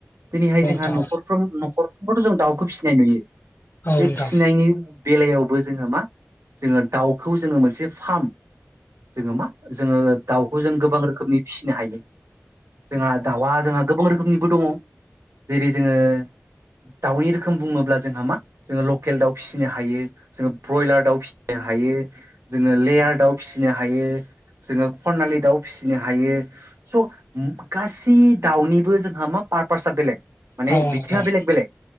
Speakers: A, on the right (about 80°); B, on the left (about 55°).
A: दिनैहाय जोंहा
B: औ नोंथां औ नोंथां औ
A: न'खरफ्र
B: नोंथां
A: न'खरफ्रथ' जों दाउखौ फिसिनाय नुयो
B: औ
A: बे
B: नोंथां
A: फिसिनायनि
B: औ नोंथां
A: बेलायावबो जोंङो मा जोंङो दाउखौ जोंङो मोनसे फार्म जोंङो मा जोंङो दाउखौ जों गोबां रोखोमनि फिसिनो हायो। जोंहा दाउआ जोंहा गोबां रोखोमनिबो दंङो जेरै जोंङो दाउनि रोखोम बुंङोब्ला जोंहा मा जोंङो लकेल दाउ फिसिनो हायो जोंङो ब्रयलार दाउ फिसिनो हायो। जोंङो लेयार दाउ फिसिनो हायो जोंङो खनालि दाउ फिसि फिनो हायो स' गासै दाउनिबो जोंहा मा पारपारसाआ बेलेग माने
B: औ नोंथां
A: बिथिंङाव
B: औ
A: बेलेग बेलेग